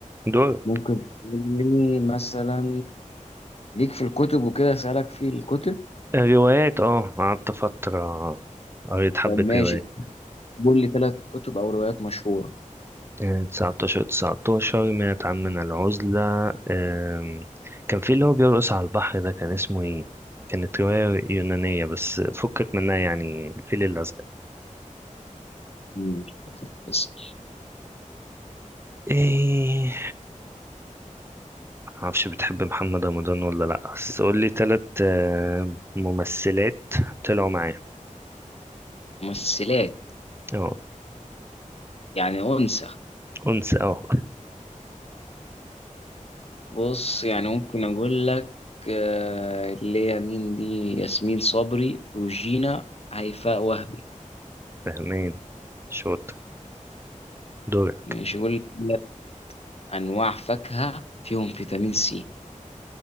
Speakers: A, on the right (about 20°); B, on the left (about 50°).
A: دور
B: ممكن تقول لي مثلا ليك في الكتب وكده اسألك في الكتب
A: الروايات اه قعدت فترة قريت حبة
B: طب ماشي
A: روايات
B: قول لي ثلاث كتب او روايات مشهورة
A: آه، تسعتاشر تسعتاشر منعت عمنا العزلة آم، كان في اللي هو بيرقص على البحر ده كان اسمه ايه كانت رواية يونانية بس فكك منها يعني الفيل الأزرق
B: مم. بس
A: ايه معرفش بتحب محمد رمضان ولا لأ بس قولي تلت آم، ممثلات طلعوا معاه
B: ممثلات
A: اه
B: يعني أنثى
A: أنس اه
B: بص يعني ممكن أقول لك آه، اللي هي مين دي ياسمين صبري روجينا هيفاء وهبي
A: فاهمين شاطر دور
B: ماشي أقول لك أنواع فاكهة فيهم فيتامين سي